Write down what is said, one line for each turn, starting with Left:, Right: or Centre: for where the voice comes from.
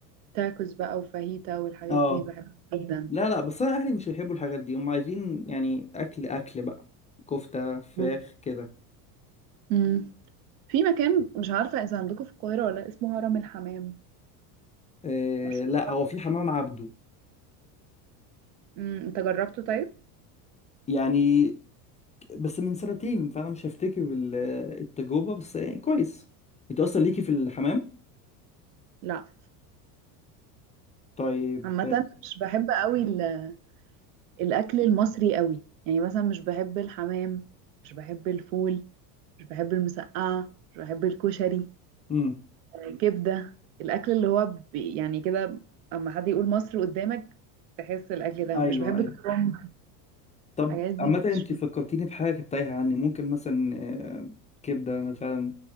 Right: تاكوز بقى وفاهيتا والحاجات
Left: اه
Right: دي بحبها جدا
Left: لا لا بس انا اهلي مش هيحبوا الحاجات دي هم عايزين يعني اكل اكل بقى كفتة فراخ
Right: مم.
Left: كده
Right: امم في مكان مش عارفة اذا عندكم في القاهرة ولا لأ، اسمه هرم الحمام
Left: آه
Right: مشهور
Left: لا
Right: برضه
Left: هو في
Right: بالحاجات
Left: حمام عبده
Right: امم انت جربته طيب
Left: يعني بس من سنتين فانا مش هفتكر ال- التجربه بس يعني كويس انت اصلا ليكي في الحمام
Right: لا
Left: طيب
Right: عامة مش بحب قوي ال- الاكل المصري قوي يعني مثلا مش بحب الحمام مش بحب الفول مش بحب المسقعة مش بحب الكشري
Left: امم
Right: آه، كبدة الأكل اللي هو ب- يعني كده أما حد يقول مصر قدامك تحس الأكل ده
Left: ايوه
Right: مش بحب
Left: ايوه
Right: الكرنب
Left: طب
Right: الحاجات دي
Left: عامه
Right: مفيش
Left: انت
Right: فيها
Left: فكرتيني بحاجه كانت تايهه عني ممكن مثلا آه، كبده انا فعلا